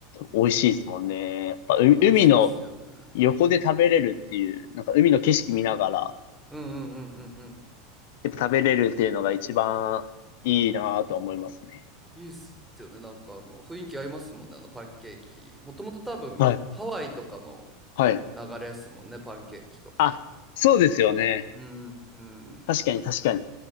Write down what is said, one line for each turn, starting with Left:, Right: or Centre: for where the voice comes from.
Left: 美味しいですもんね。やっぱう海の
Centre: 美味しいっすよね。
Left: 横で食べれるっていう、なんか海の景色見ながら、
Centre: うんうんうんうんうん。
Left: やっぱ食べれるっていうのが一番いいなぁと思いますね。
Centre: いいっすよね。なんかあの、雰囲気合いますもんね、あのパンケーキ。もともと多分、
Left: はい。
Centre: ハワイとかの
Left: はい。
Centre: 流れっすもんね、パンケーキとか。
Left: あ、そうですよね。
Centre: うんうん
Left: 確かに確かに。